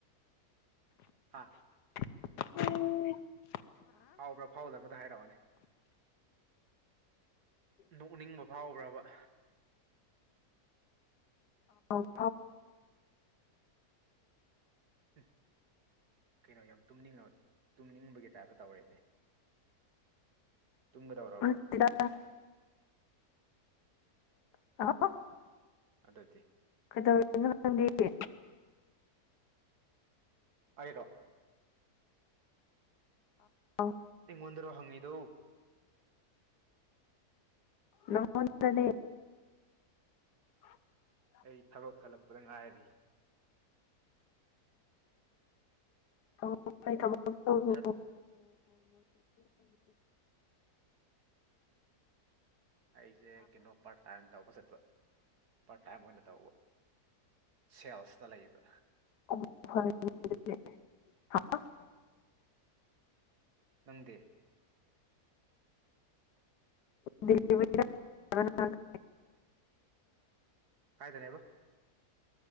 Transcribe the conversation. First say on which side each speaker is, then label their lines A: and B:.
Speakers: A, on the right (about 75°); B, on the left (about 90°).
A: ꯍꯥꯥ
B: <unintelligible>
A: ꯐꯥꯎꯕ꯭ꯔꯥ ꯐꯥꯎꯗꯕ꯭ꯔꯗ ꯍꯥꯏꯔꯛꯑꯣꯅꯦ ꯅꯣꯛꯅꯤꯡꯕ ꯐꯥꯎꯕ꯭ꯔꯕ
B: ꯑꯥꯎ꯫
A: ꯍꯨꯝ ꯀꯩꯅꯣ ꯌꯥꯝ ꯇꯨꯝꯅꯤꯡꯉ ꯇꯨꯝꯅꯤꯡꯕꯒꯤ ꯇꯥꯏꯞꯇ ꯇꯧꯔꯦꯅꯦ꯫ ꯇꯨꯝꯒꯗꯧꯔꯕ꯭ꯔꯣ
B: ꯅꯠꯇꯦꯗ꯫ <unintelligible>
A: ꯑꯗꯨꯗꯤ꯫
B: ꯀꯩꯗꯧꯔꯤꯅꯣ? ꯅꯪꯗꯤ
A: ꯑꯩꯔꯣ
B: ꯑꯥꯎ
A: ꯑꯩꯉꯣꯟꯗꯔꯣ ꯍꯪꯉꯤꯗꯣ
B: ꯅꯪꯉꯣꯟꯗꯅꯦ <unintelligible>
A: ꯑꯩ ꯊꯕꯛ ꯍꯜꯂꯛꯄꯗ ꯉꯥꯏꯔꯤ
B: ꯑꯣ ꯀꯩ ꯊꯕꯛ ꯇꯧꯔꯨ
A: ꯊꯠ ꯑꯩꯖꯦ ꯀꯩꯅꯣ ꯄꯥꯔꯠ ꯇꯥꯏꯝ ꯇꯧꯕ ꯆꯠꯄ ꯄꯥꯔꯠ ꯇꯥꯏꯝ ꯑꯣꯏꯅ ꯇꯧꯕ ꯁꯦꯜꯁꯇ ꯂꯩꯕ
B: <unintelligible> ꯍꯥ
A: ꯅꯪꯗꯤ
B: <unintelligible>
A: ꯀꯥꯏꯗꯅꯦꯕ